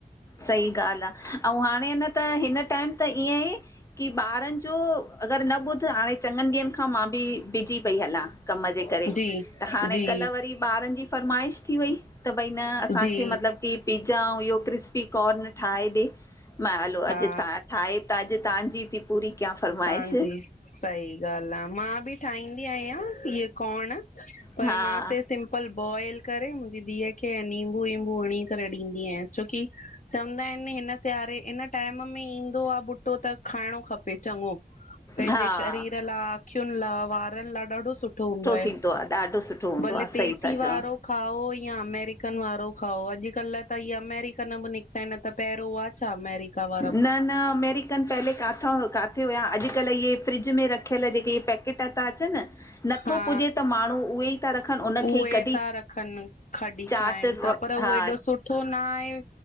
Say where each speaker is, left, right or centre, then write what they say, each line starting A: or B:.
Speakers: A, on the left (about 20°); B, on the left (about 50°).
A: सही ॻाल्हि आहे, अंऊं हाणे हिन त, हिन टाइम त इअं ही कि ॿारनि जो, अगर न ॿुधु, हाणे चङनि ॾींहंनि खां मां बि बिज़ी पई हलां। कम जे करे,
B: जी
A: त हाणे
B: जी
A: कल वरी ॿारनि जी फ़रमाइश थी वई, त भई न असांखे
B: जी
A: मतलबु कि पिज़्ज़ा अऊं ईहो क्रिस्प क्रिस्पीकॉर्न ठाहे ॾे। मां हलो अॼु
B: हा
A: ठाहे त अॼु तहांजी थी पूरी कयां फरमाइश
B: सही ॻाल्हि आ, मां बि ठाहींदी आहियां हीअ कोर्न। पर
A: हा
B: मां से सिं पल बॉइल करे मुंहिंजी धीउ खे नींबू वीम्बू हणी करे ॾींदी आयांसि, छोकि चवंदा आहिनि न हिन सियारे, हिन टाइम में ईंदो आहे बुटो त खाइणो खपे। चॻों, पंहिंजे
A: हा
B: शरीर लाए, अखियुनि लाए, वारनि लाए ॾाढो सुठो हूंदो आहे,
A: थींदो ॾाढो सुठो हूंदो
B: भले
A: आहे
B: देसी
A: सही था चओ
B: वारो खाओ या अमेरिकन वारो खाओ, अॼुकल्ह त ई अमेरिकन बि निकिता आहिनि न त पहिरों वां छा अमेरिका वा
A: न न अमेरिकन पहले काथां काथे हुया। अॼुकल्ह इहे फ्रिज में रखियल जेके इहे पैक पैकेट ॿि ता अचन, नथो
B: हा
A: पुॼे त माण्हू उहे ई था रखनि उनखे
B: उहे
A: ई कढी
B: था रखनि, खॾी
A: चाट
B: खाइनि था पर उहो
A: हा
B: एॾो सुठो न आहे।